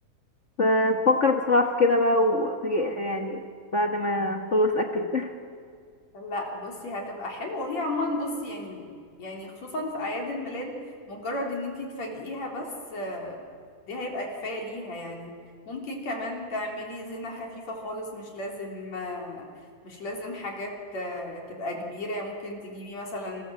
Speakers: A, on the left; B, on the left.
A: فبفكر بصراحة في كده بقى وأفاجئها يعني بعد ما أخلص أكل <laughs>
B: لا بصي هتبقى حلوة وهي عموما بصي يعني يعني خصوصا في أعياد الميلاد مجرد ان انتي تفاجئيها بس آه، دي هيبقى كفاية ليها يعني ممكن كمان تعملي زينة خفيفة خالص مش لازم آه، مش لازم حاجات آه، تبقى كبيرة يعني ممكن تجيبي مثلا